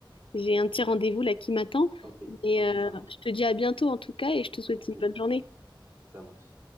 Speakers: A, on the left; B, on the right.
A: j'ai un petit rendez-vous là qui m'attend.
B: Ok,
A: Et
B: ok,
A: euh,
B: ça marche.
A: je te dis à bientôt en tout cas et je te souhaite
B: Ok,
A: une bonne journée.
B: ça marche.